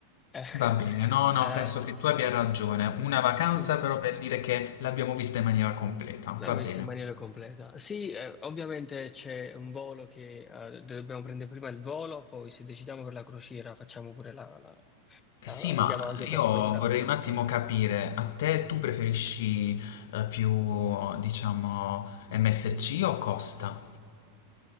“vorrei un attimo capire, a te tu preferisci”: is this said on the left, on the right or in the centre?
Left